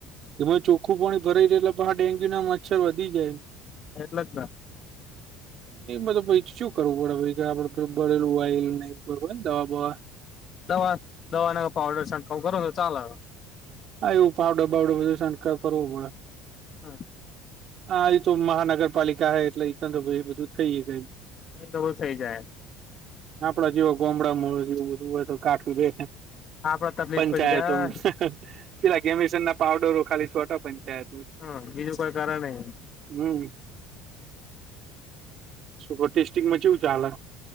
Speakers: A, on the right (about 40°); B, on the left (about 30°).
A: એમાં ચોખ્ખું પાણી ભરાય જાય એટલે પાછા ડેન્ગ્યુ ના મચ્છર વધી જાય
B: એટલે જ ને
A: એ મતલબ પસી શું કરવું પડે કે આપદે બબરેલું વાયલ નહીર હોય ને દવા બવા
B: દવા દવા ના પાવડર છટકાવ કરો તો ચાલે
A: હા એવું પાવડે બાવડે બધું શંકારવો બોડે.
B: હા.
A: હા એ તો મહાનગરપાલિકા હ એટલે એ બધું થઈ ગ ગમ.
B: તો બ થઇ જાય.
A: આપડા જેવ ગોમડામાં જેવું બધું હોય તો કાટું બે.
B: આપડે તકલીફ
A: પંચાયતો
B: પડી જાય
A: પેલા ગેમસન ના પાવડરો ખાલી છોટા પંચાયત.
B: હા બીજું કોઈ કારણ નહી.
A: હમ, સુપર ટેસ્ટીંગમાંચવું ચાલ?